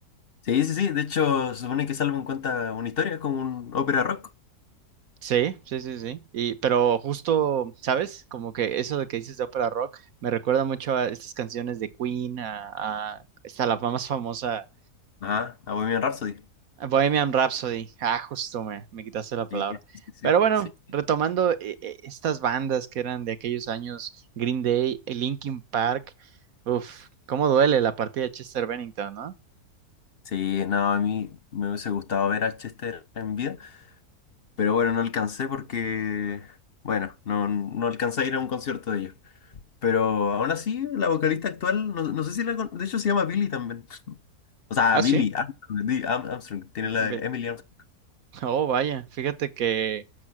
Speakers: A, on the left (about 45°); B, on the right (about 65°).
A: Sí, sí, sí. De hecho, se supone que ese álbum cuenta una historia, es como un ópera rock.
B: Sí, sí, sí, sí. Y, pero justo, ¿sabes? Como que eso de que dices de ópera rock me recuerda mucho a estas canciones de Queen, a, a- está la más famosa
A: Ajá, a Bohemian Rhapsody.
B: Bohemian Rhapsody. Ah, justo me, me quitaste la palabra.
A: Sí, sí, sí, sí.
B: Pero bueno,
A: Sí,
B: retomando eh, eh, estas bandas que eran de aquellos años, Green Day, eh, Linkin Park. Uf, cómo duele la partida de Chester Bennington, ¿no?
A: Sí, no, a mí me hubiese gustado ver a Chester en vida. Pero bueno, no alcancé porque, bueno, no, no alcancé a ir a un concierto de ellos. Pero aún así, la vocalista actual, no, no sé si la... con- De hecho, se llama Billy también. <laughs> O sea,
B: Ah,
A: Billy
B: sí.
A: Armstrong, Di- Am- Armstrong, tiene la
B: Ve-
A: de Emily Armstrong.
B: Oh, vaya, fíjate que